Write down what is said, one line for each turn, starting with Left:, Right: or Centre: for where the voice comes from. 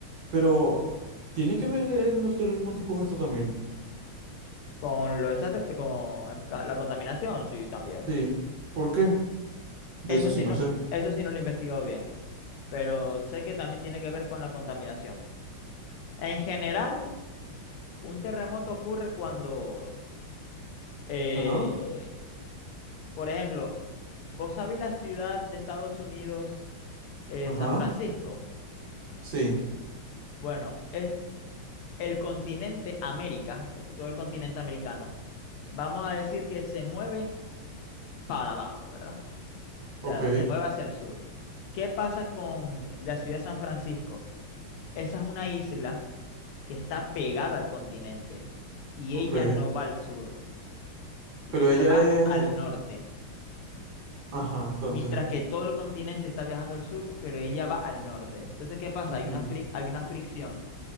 Right: pero ¿tiene que ver eh, los terremotos con esto también?
Left: Con lo desastre- eh, con el ca- la contaminación, sí, también.
Right: Sí. ¿Por qué? De
Left: Eso
Right: eso
Left: sí
Right: sí no
Left: no,
Right: sé.
Left: eso sí no lo he investigado bien, pero sé que también tiene que ver con la contaminación. En general, un terremoto ocurre cuando, eh,
Right: Ajá,
Left: por ejemplo, vos sabés la ciudad de Estados Unidos, eh,
Right: ajá.
Left: San Francisco.
Right: Sí.
Left: Bueno, es, el continente América, eh, todo el continente americano, vamos a decir que se mueve para abajo, ¿verdad? O
Right: Ok,
Left: sea, se mueve hacia el sur. ¿Qué pasa con la ciudad de San Francisco? Esa es una isla que está pegada al continente y
Right: ok.
Left: ella no va al sur, ella
Right: Pero ella
Left: va
Right: es...
Left: al norte.
Right: Ajá, entonces.
Left: Mientras que todo el continente está viajando al sur, pero ella va al norte. Entonces, ¿qué pasa?
Right: Ujú.
Left: Hay una fri- hay una fricción